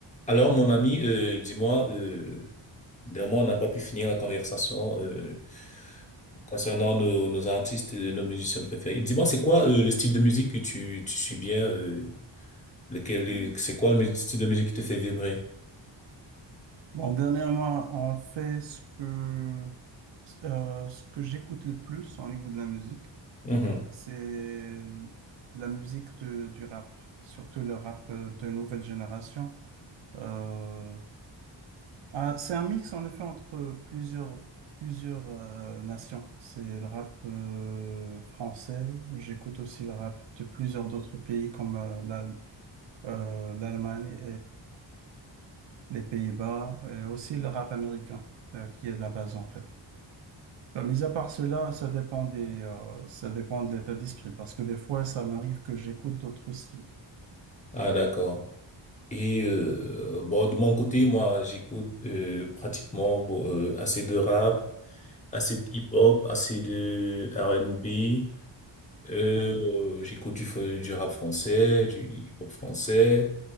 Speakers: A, on the left (about 15°); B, on the right (about 65°).
A: Alors, mon ami, euh, dis-moi, euh, dernièrement, on n'a pas pu finir la conversation euh, concernant nos, nos artistes, et nos musiciens préférés. Dis-moi, c'est quoi euh, le style de musique que tu, tu suis bien, euh, lequel, est- c'est quoi le mu- style de musique qui te fait vibrer?
B: Bon, dernièrement, on fait ce que, euh, ce que j'écoute le plus au niveau de la musique,
A: Mhm.
B: c'est la musique de- du rap, surtout le rap euh, de nouvelle génération. Euh, ah, c'est un mix en effet entre plusieurs, plusieurs euh, nations. C'est le rap euh, français, j'écoute aussi le rap de plusieurs d'autres pays comme euh, la- euh, l'Allemagne les Pays-Bas, et aussi le rap américain, euh, qui est de la base en fait. Euh, mis à part cela, ça dépend des, euh, ça dépend de l'état d'esprit, parce que des fois, ça m'arrive que j'écoute d'autres styles.
A: Ah, d'accord. Et euh, bon, de mon côté, moi, j'écoute euh, pratiquement bon, euh, assez de rap, assez de hip-hop, assez de R&B. Euh,
B: Ah oui.
A: j'écoute du, fr- du rap français, du hip-hop français,